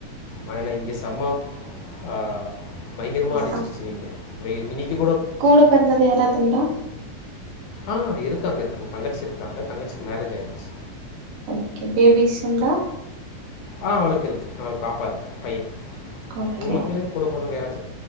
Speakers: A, on the left; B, on the right.
A: மழ இங்க செம்ம ஆஹ் பயங்கரமா
B: ஆ
A: அடிச்சுருச்சு இங்க வெயில் இனைக்
B: கூட பிறந்தது யாராது உண்டா
A: ஆஹ் இருக்காங்க இருக்காங்க தங்கச்சி இருக்காங்க தங்கச்சிக்கு மேரேஜ் ஆயிடுச்சு
B: ஓகே பேபீஸ் உண்டா
A: ஆஹ் அவளுக்கு இருக்கு ஒரு பாப்பா இருக்கு பையன்
B: ஓகே
A: உங்களுக்கு கூட பொறந்தவங்க யாரது